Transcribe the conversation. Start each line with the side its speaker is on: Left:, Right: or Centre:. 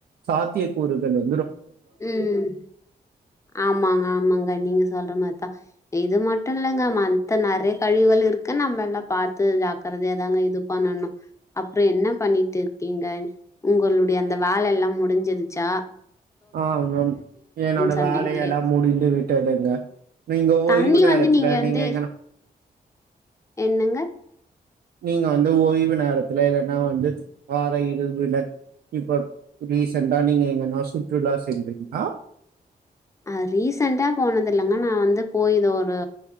Right: சாத்திய கூறுகள் வ
Left: ம் ஆமாங்க ஆமாங்க நீங்க சொல்ற மாரிதா இது மட்டு இல்லங்க மத்த நறைய கழிவுகள் ருக்கு நம்ம எல்லா பாத்து ஜாக்கறதையா தாங்க இது பண்ணணு அப்றோ என்ன பண்ணிட்டு இருக்கீங்கள் உங்களுடைய அந்த வேல எல்லா முடுஞ்சுருச்சா
Right: ஆ ஆ என்னோட
Left: சொன்னீங்களே!
Right: வேலையெல்லா முடிந்து விட்டதுங்க நீங்க ஓய்வு
Left: தண்ணி
Right: நேரத்துல
Left: வந்து வந்து
Right: நீங்க எங்கனா
Left: என்னங்க?
Right: நீங்க வந்து ஓய்வு நேரத்துல இல்லன்னா வந்து வார இருவுல இப்ப ரீசண்டா நீங்க எங்கன்னா சுற்றுலா சென்றிங்களா
Left: அ ரீசன்ட்டா போனதில்லங்க நா வந்து போயிதோ ஒரு